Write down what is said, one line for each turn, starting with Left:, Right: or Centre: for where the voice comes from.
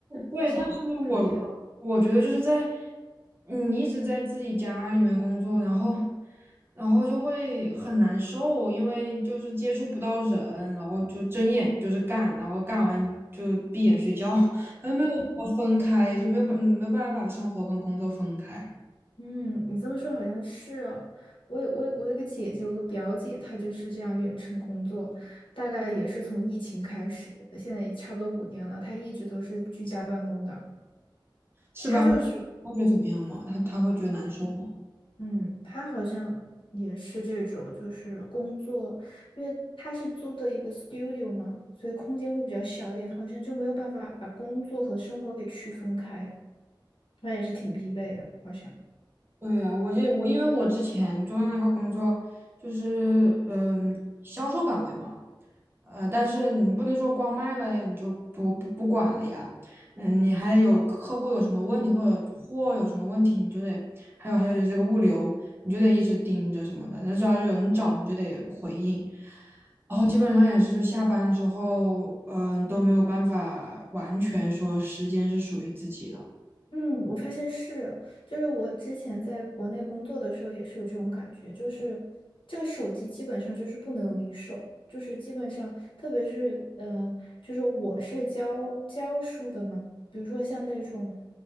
Right: 对，
Left: 但是。
Right: 但是我我觉得就是在
Left: 可以的。
Right: 你一直在自己家里面工作，然后然后就会很难受，因为就是接触不到人，然后就睁眼就是干，然后干完就闭眼睡觉，<laughs> 然后没有办法分开，就没有办没有办法把生活跟工作分开，
Left: 嗯，你这么说好像是哦。我有我有我有个姐姐，有个表姐，她就是这样远程工作，大概也是从疫情开始，现在也差不多五年了。她一直都是居家办公的。
Right: 是吧？
Left: 她就是，
Right: 他觉得怎么样嘛？他他会觉得难受吗？
Left: 嗯，她好像也是这种，就是工作，因为她是租的一个 studio 嘛，所以空间会比较小一点，好像就没有办法把工作和生活给区分开。她也是挺疲惫的，好像。
Right: 对呀，我就我因为我之前做的那个工作就是嗯销售岗位嘛。呃，但是你不能说光卖了你就不不不管了呀，嗯，你还有客户有什么问题或者货有什么问题，你就得，还有还有这个物流，你就得一直盯着什么的，那只要有人找你就得回应，然后基本上也是就下班之后，嗯、都没有办法完全说时间是属于自己的。
Left: 嗯，我发现是，就是我之前在国内工作的时候也是有这种感觉，就是这个手机基本上就是不能离手，就是基本上，特别是呃，就是我是教教书的嘛，比如说像那种